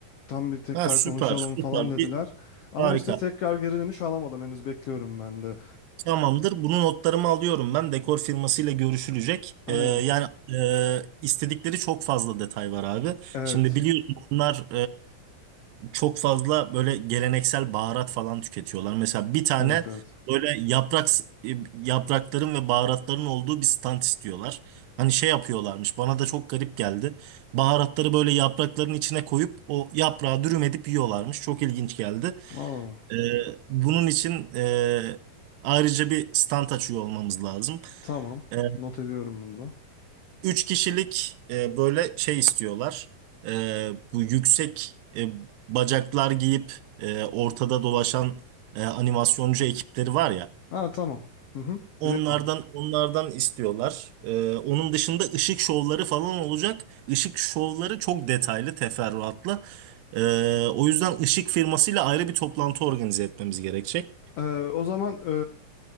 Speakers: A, on the left; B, on the right.
A: Tam bir tekrar
B: Ha, süper
A: konuşalım
B: süper
A: falan dediler.
B: bir
A: Ama
B: harika.
A: işte tekrar geri dönüş alamadım. Henüz bekliyorum ben de.
B: Tamamdır. Bunu notlarımı alıyorum ben. Dekor firmasıyla görüşülecek.
A: Aynen.
B: Ee, yani e, istedikleri çok fazla detay var abi.
A: Evet.
B: Şimdi biliyorsun bunlar e, çok fazla böyle geleneksel baharat falan tüketiyorlar. Mesela bir tane
A: Evet evet.
B: böyle yaprak yaprakların ve baharatların olduğu bir stand istiyorlar. Hani şey yapıyorlarmış. Bana da çok garip geldi. Baharatları böyle yaprakların içine koyup o yaprağı dürüm edip yiyorlarmış. Çok ilginç geldi.
A: Aa,
B: Ee, bunun için e, ayrıca bir stand açıyor olmamız lazım.
A: tamam.
B: Ee,
A: Not ediyorum bunu da.
B: üç kişilik e, böyle şey istiyorlar. Ee, bu yüksek e, bacaklar giyip e, ortada dolaşan e, animasyoncu ekipleri var ya.
A: Ha tamam. Hı hı.
B: Onlardan
A: Biliyorum onu.
B: onlardan istiyorlar. Ee, onun dışında ışık şovları falan olacak. Işık şovları çok detaylı teferruatlı. Ee, o yüzden ışık firmasıyla ayrı bir toplantı organize etmemiz gerekecek.
A: Ee, o zaman e,